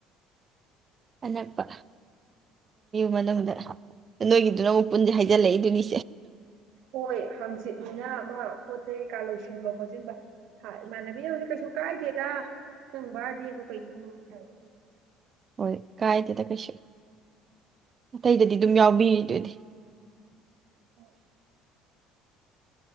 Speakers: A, on the right (about 35°); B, on the right (about 60°).
A: ꯑꯅꯛꯄꯨ ꯃꯅꯨꯡꯗ ꯅꯣꯏꯒꯤꯗꯨꯅ ꯑꯃꯨꯛ ꯄꯨꯟꯁꯦ ꯍꯥꯏꯖꯤꯜꯂꯛꯏꯗꯨꯅꯤ
B: ꯍꯣꯏ ꯍꯥꯡꯆꯤꯠꯅꯤꯅ ꯑꯃ ꯄꯣꯠ ꯆꯩꯩ ꯀꯩꯀꯥ ꯂꯣꯏꯁꯤꯟꯕ ꯈꯣꯠꯁꯤꯟꯕ ꯏꯃꯥꯟꯅꯕꯤꯅꯕꯨꯗꯤ ꯀꯩꯁꯨ ꯀꯥꯏꯗꯦꯗ ꯅꯪ ꯕꯥꯔꯗꯤꯦꯕꯨ ꯀꯩꯅꯗꯧꯅꯨꯡ ꯋꯥꯟꯗ꯭ꯔꯦꯒ
A: ꯍꯣꯏ ꯀꯥꯏꯗꯦꯗ ꯀꯩꯁꯨ ꯑꯇꯩꯗꯗꯤ ꯑꯗꯨꯝ ꯌꯥꯎꯕꯤꯔꯤ ꯑꯗꯨꯑꯣꯗꯤ
B: ꯍꯣꯏ